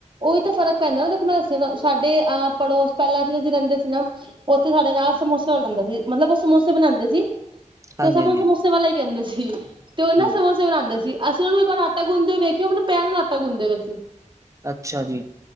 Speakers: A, on the right; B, on the right.
A: ਓਈ ਤਾਂ ਫ਼ਰਕ ਪੈਂਦਾ ਨਾ ਦੇਖੋ ਮੈਂ ਦਸੀ ਸਾਡੇ ਅ ਪੜੋਸ ਪੈਲਾਂ ਜ ਅਸੀਂ ਰੈਂਦੇ ਸੀ ਨਾ ਓਥੇ ਸਾਡੇ ਨਾਲ ਸਮੋਸੇ ਵਾਲਾ ਰੈਂਦਾ ਸੀ ਮਤਲਬ ਓ ਸਮੋਸੇ ਬਨਾਂਦੇ ਸੀ।
B: ਹਾਂਜੀ
A: ਤੇ ਸਬ
B: ਹਾਂਜੀ
A: ਓਨੂੰ ਸਮੋਸੇ ਵਾਲਾ ਈ ਕੈਂਦੇ ਸੀ ਤੇ ਓ ਨਾ
B: ਹਮ
A: ਸਮੋਸੇ ਬਨਾਂਦੇ ਸੀ। ਅਸੀ ਓਨੂੰ ਇੱਕ ਵਾਰ ਆਟਾ ਗੁੰਨਦੇ ਵੇਖੇਆ ਅਪਨੇ ਪੈਰ ਨਾਲ ਆਟਾ ਗੁਨਦੇ ਪੇ ਸੀ।
B: ਅੱਛਾ ਜੀ।